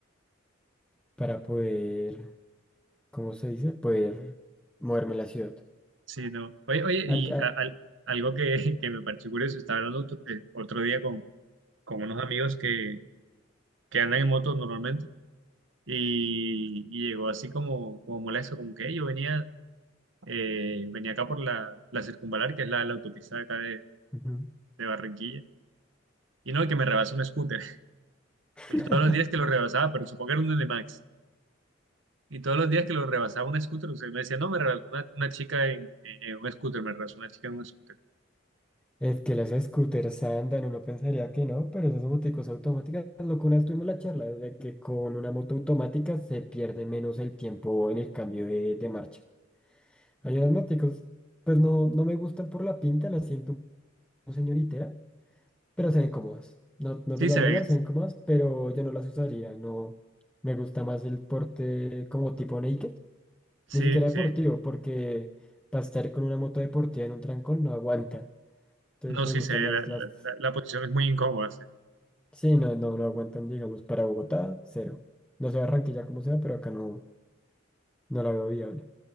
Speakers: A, in the centre; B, on the right.
A: para poder, ¿cómo se dice? Poder moverme en la ciudad.
B: Sí, no. Oye, oye,
A: Ah,
B: y
A: ah,
B: a- al- algo que, <laughs> que me pareció curioso, estaba hablando otro eh, otro día con, con unos amigos que que andan en motos normalmente, y, y llegó así como, como molesto, como que "Ey, yo venía, eh, venía acá por la, la circunvalar, que es la, la autopista de acá de,
A: ujú.
B: de Barranquilla, y no, que me rebasa un scooter. <laughs>
A: <laughs>
B: Todos los días que lo rebasaba, pero supongo que era un de Max. Y todos los días que lo rebasaba un scooter, usted me decía, no, me rebasó una, una chica en, en- en un scooter, me rebasó una chica en un scooter.
A: Es que las scooters andan, uno pensaría que no, pero esas moticos automáticas, lo que una vez tuvimos la charla, de que con una moto automática se pierde menos el tiempo en el cambio de, de marcha. Hay unas moticos, pues no, no me gustan por la pinta, las siento un señoritera, pero se ven cómodas. No, no
B: Sí
A: te lo
B: se
A: voy a
B: ve,
A: negar, se ven cómodas, pero yo no las usaría, no. Me gusta más el porte como tipo naked
B: sí,
A: Ni siquiera
B: sí.
A: deportivo, porque para estar con una moto deportiva en un trancón no aguanta. Entonces
B: No,
A: me
B: sí
A: gustan
B: se ve,
A: más
B: la, la,
A: las...
B: la- la posición es muy incómoda, sí.
A: Sí, no, no, no aguantan, digamos, para Bogotá, cero. No sé Barranquilla como sea, pero acá no, no la veo viable.